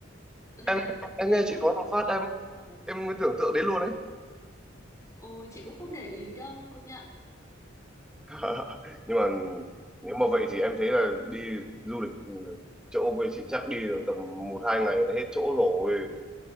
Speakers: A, on the left (about 15°); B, in the centre.
A: có
B: em
A: thế à?
B: em
A: Kiến
B: nghe chị
A: thức.
B: nói một phát
A: Ừ.
B: em em mới tưởng tượng đến luôn đấy
A: Ồ, chị cũng không để ý đâu, công nhận.
B: <laughs> nhưng mà nếu mà vậy thì em thấy là đi du lịch chỗ quê chị chắc đi được tầm một hai ngày là hết chỗ rồi